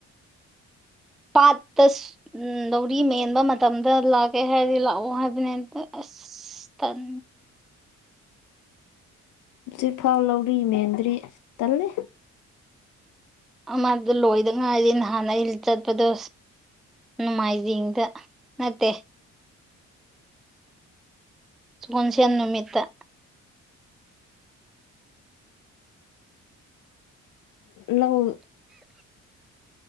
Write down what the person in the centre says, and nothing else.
ꯄꯥꯠꯇꯁ ꯎꯝ ꯂꯧꯔꯤ ꯃꯦꯟꯕ ꯃꯇꯝꯗ ꯂꯥꯛꯀꯦ ꯍꯥꯏꯔꯗꯤ ꯂꯥꯛꯑꯣ ꯍꯥꯏꯕꯅꯤ ꯑꯁ ꯇꯜ
ꯑꯃꯗꯣ ꯂꯣꯏꯗ ꯉꯏꯔꯤ ꯅꯍꯥꯟ ꯑꯩ ꯆꯠꯄꯗꯣ ꯅꯣꯡꯃꯥꯏꯖꯤꯡꯗ ꯅꯠꯇꯦ ꯁꯥꯒꯣꯟꯁꯦꯟ ꯅꯨꯃꯤꯠꯇ